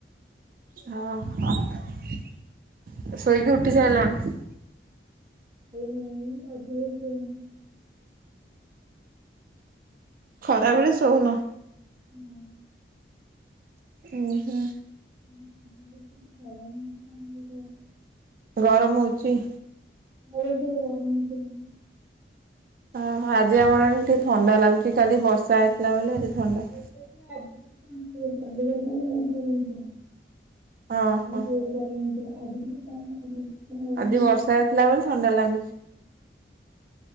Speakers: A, on the right (about 50°); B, on the right (about 20°).
A: ହଁ ହ ସୋଇକି ଉଠି ସାଇଲଣି?
B: ମୁଁ ଗାଧୁଆବେଳେ ସୁଏନି।
A: ଖରାବେଳେ ସୋଉନ।
B: ନା।
A: ଉଁ ହୁଁ।
B: <unintelligible>
A: ଗରମ ହଉଚି
B: ଘର ଭିତରେ ଗରମ <unintelligible>
A: ଓହୋ ଆଜି ଆମର ହେନେ ଟିକେ ଥଣ୍ଡା ଲାଗୁଛି, କାଲି ବର୍ଷା ହେଇଥିଲା ବୋଲି ଆଜି ଥଣ୍ଡା।
B: ସେଥିପାଇଁ ଆଜି ଟିକେ ଥଣ୍ଡା ଲାଗୁଛି, କାଲି ଗାଧୁଆବେଳେ ବହୁତ୍ ଗରମ ହେଇଥିଲା ମାନେ
A: ଓହୋ
B: ଜୋରେ। ହେଇନଥିଲା ଆଜି ଟିକେ କମ୍ ଲାଗୁଛି। ସାଢେ ଗୋଟେ।
A: ଆଜି ବର୍ଷା ହେଇଥିଲା ବୋଲି ଥଣ୍ତା ଲାଗୁଛି।